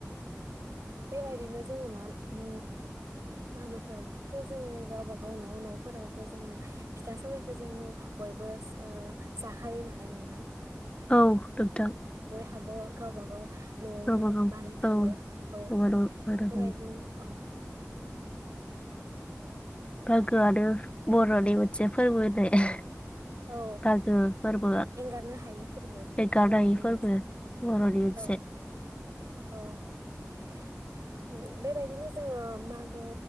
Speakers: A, on the right; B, on the left.
A: बेबायदिनो जोङो मा उम मागोफोरावथ जोङो गावबागाव न नफोरावथ जोङो फिथा सावनायखौ जोङो बयबो ओ जाखायो नालाय नोंथां।
B: औ नोंथां।
A: हाबो गावबा गाव नआवनो
B: गावबागाव
A: बानायखायो।
B: औ नङा नङा
A: बेबायदिनो औ।
B: मागोआनो बरनि मोनसे फोरबो होननाय।
A: औ
B: मागो फोरबोआ
A: एंगारनो हायि फोरबो
B: एंगारनायि
A: बरनि
B: फोरबो
A: मोनसे
B: बर'नि मोनसे
A: औ। औ बेबायदिनो जोङो मागो